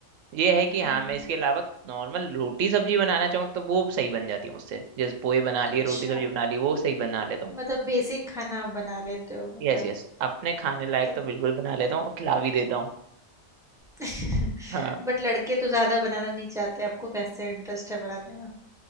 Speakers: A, on the right; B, in the centre.
A: ये है कि
B: हाँ
A: हाँ मैं इसके अलावा नॉर्मल रोटी सब्जी बनाना चाहूँ तो वो सही बन जाती है मुझसे जैसे पोहे बना लिए
B: अच्छा
A: रोटी सब्जी बना ली वो सही बना लेता हूँ
B: मतलब बेसिक खाना आप बना लेते हो मतलब
A: यस यस अपने खाने लायक
B: तब
A: तो बिल्कुल बना लेता हूँ और खिला भी देता हूँ
B: <laughs>
A: हाँ
B: बट लड़के तो ज्यादा बनाना नहीं चाहते आपको कैसे इंटरेस्ट है बनाने में